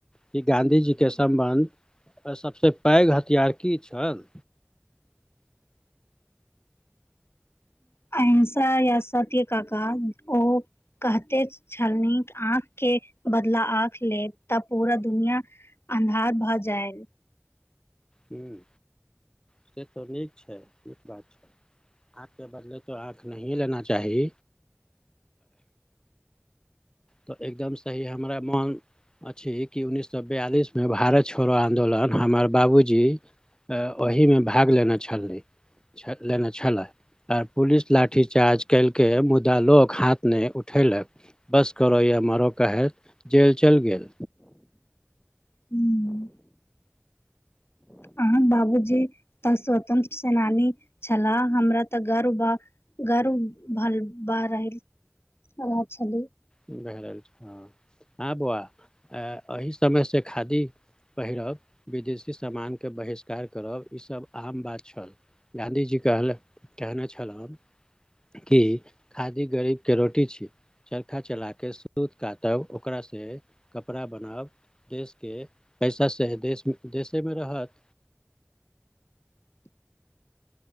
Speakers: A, on the left; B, on the left.
A: कि गाँधी जी के सम्बन्ध आ सभसे पैघ हथियार की छल
B: ऐंसा यै सते कका ओ कहते छलनि आँख के बदला आँख लेब तऽ पूरा दुनिया अन्हार भऽ जाय
A: हुँ से तो नीक छै नीक बात छै आग के बदले तो आ नहिए लेना चाही तऽ एकदम सही हमरा मोन अछि कि उन्ननीस सए बयालिस में भारत छोड़ो आंदोलन हमर बाबूजी अ ओहिमे भाग लेने छली लेने छलला आर पुलिस लाठी चार्ज कल्हि के के मुद्दा लोको हाथ नहि उठेलक बस करो य मरो कह ह जेेल चल गेल
B: ह्म अह बाबूजी तऽ स्वतन्त्र सेनानी छलाह हमरा तऽ गर्व बा गारू भाल ब रलह छली
A: भए रहल हँ बौआ एहि समय से खादी पहिरब विदेशी समामान के बहिष्कार करब ईसभ आम बात छल गाॅंधी जी कहले कहने छलहो कि खादी गरीब के रोटी छी चरखा चला के सूत काटब ओकरा से कपड़ा बनाब देश के पैसा से देश देशे मे रहत
B: <inaudible>